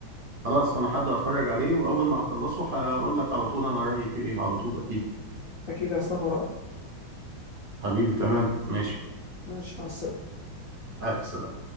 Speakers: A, on the right; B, on the left.
A: خلاص انا هبدا اتفرج عليه واول ما هخلصه هقول لك على طول انا رايي فيه ايه على طول اكيد
B: اكيد هستنى رايك
A: حبيبي تمام ماشي
B: ماشي مع السلامه
A: الف سلامه